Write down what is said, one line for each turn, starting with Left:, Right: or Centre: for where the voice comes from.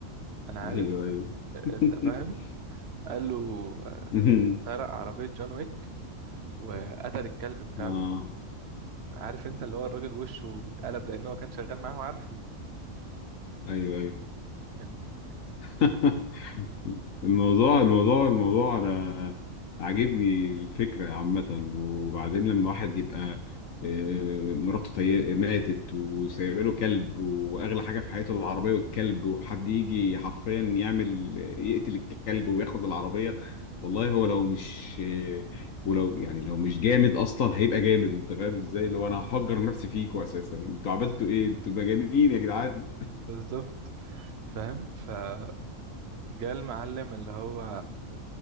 Right: انا
Left: ايوه
Right: عارف
Left: ايوه
Right: انت
Left: <laughs>
Right: فاهم قال له آه،
Left: مم.
Right: سرق عربية جون ويك وقتل الكلب بتاعه
Left: اه
Right: عارف انت اللي هو الراجل وشه اتقلب لان هو كان شغال معاه وعارفه
Left: ايوه ايوه
Right: فاهمني
Left: <laughs> الموضوع الموضوع الموضوع انا عاجبني الفكره عامه وبعدين لما واحد يبقى آه، مراته تي- ماتت وسايبه له كلب واغلى حاجه في حياته العربيه والكلب وحد يجي حرفيا يعمل يقتل الكلب وياخد العربيه والله هو لو مش آه، ولو يعني لو مش جامد اصلا هيبقى جامد انت فاهم ازاي اللي هو
Right: مم.
Left: انا هفجر نفسي فيكوا اساسا انتوا عملتوا ايه انتوا مجانين يا جدعان
Right: بالظبط فاهم فجاء المعلم اللي هو